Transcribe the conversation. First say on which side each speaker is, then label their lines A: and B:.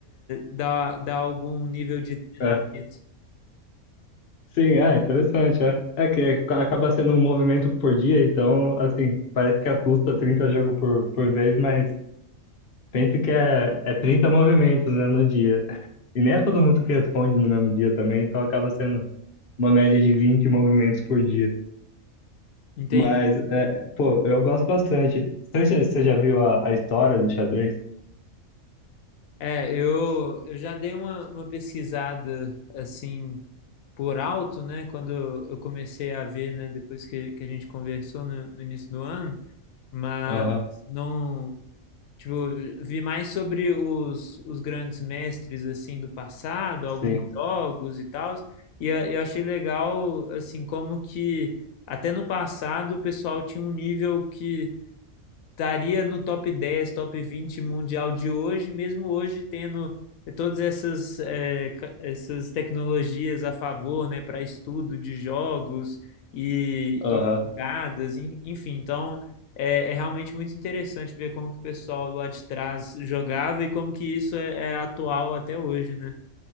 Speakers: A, on the left; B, on the left.
A: dar, dar algum nível de treinamento.
B: é. Sim, é interessante, é. É que acaba sendo um movimento por dia, então, assim, parece que assusta 30 jogos por, por vez, mas pense que é, é 30 movimentos, né, no dia. E nem é todo mundo que responde no mesmo dia também, então acaba sendo uma média de 20 movimentos por dia.
A: Entende?
B: Mas, é, pô, eu gosto bastante. Você, já- você já viu a, a história do xadrez?
A: É, eu, eu já dei uma, uma pesquisada assim por alto, né? Quando eu eu comecei a ver, né? Depois que, que a gente conversou no, no início do ano, mas
B: Aham,
A: não. Tipo, vi mais sobre os, os grandes mestres, assim, do passado,
B: sim,
A: alguns jogos e tal, e a- eu achei legal, assim, como que até no passado o pessoal tinha um nível que estaria no top 10, top 20 mundial de hoje, mesmo hoje tendo eh, todas essas, é, ca- essas tecnologias a favor, né, para estudo de jogos e,
B: aham,
A: e jogadas, en- enfim. Então, é, é realmente muito interessante ver como que o pessoal lá de trás jogava e como que isso é, é atual até hoje, né?